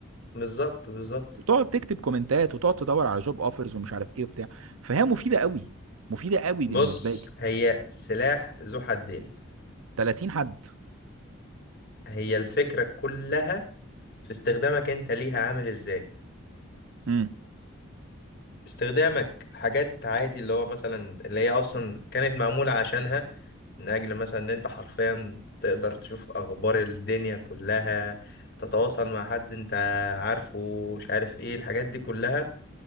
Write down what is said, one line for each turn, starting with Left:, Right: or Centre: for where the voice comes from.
Left: بالظبط بالظبط
Right: وتقعد تكتب كومنتات وتقعد تدور على جوب اوفرز ومش عارف ايه وبتاع فهي مفيدة قوي مفيدة قوي
Left: بص
Right: بالنسبة لي
Left: هي سلاح ذو حدين
Right: 30 حد
Left: هي الفكرة كلها في استخدامك انت ليها عامل ازاي
Right: امم
Left: استخدامك حاجات عادي اللي هو مثلا اللي هي اصلا كانت معمولة عشانها من اجل مثلا ان انت حرفيا تقدر تشوف اخبار الدنيا كلها تتواصل مع حد انت عارفه مش عارف ايه الحاجات دي كلها